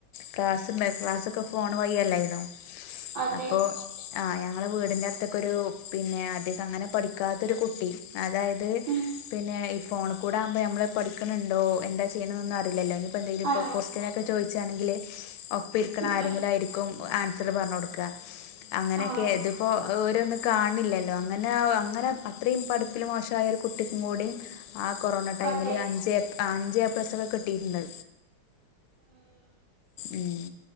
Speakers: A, on the left; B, on the right.
A: ക്ലാസ് ഇണ്ടായ്ട്ട്ല്ലാ ക്ലാസ്സൊക്കെ ഫോണ് വഴി എല്ലായ്ന്നോ
B: അതെ
A: അപ്പൊ ആഹ് ഞങ്ങളെ വീടിന്റെ അടുത്ത്ക്കെരു പിന്നെ അതികം അങ്ങനെ പഠിക്കാത്തൊരു കുട്ടി അതായത്,
B: ഉം
A: പിന്നെ ഈ ഫോണ് ക്കൂടെ ആവ്മ്പൊ ഞമ്മള് പഠിക്ക്ണ് ണ്ടോ എന്താ ചെയ്യ്ണ്ന്നൊന്നും അറിലല്ലോ ഇഞ് പ്പ എന്തേലുപ്പൊ
B: ആ
A: കൊസ്റ്റിനൊക്കെ ചോയ്ച്ചാണെങ്കില് ഒപ്പ ഇരിക്ക്ണ
B: ഉം
A: ആരെങ്കിലും
B: ഉം
A: ആയിരിക്കും ആൻസറ് പർഞ്ഞൊട്ക്കാ അങ്ങനെയെക്കെയാ.
B: ആ
A: ഇത്പ്പോ അഹ് ഒരൊന്നും കാൺണില്ലല്ലോ. അങ്ങനെ അങ്ങനെ അത്രയും പഠിപ്പില് മോശായൊരു കുട്ടിക്കും കൂടിം കൊറോണ ടൈമില്
B: അതെ
A: അഞ്ച് ഏപ് അഞ്ച് ഏപ്ലസ്സൊക്കെ കിട്ടിട്ട്ണ്ട്
B: ഉം
A: ഉം.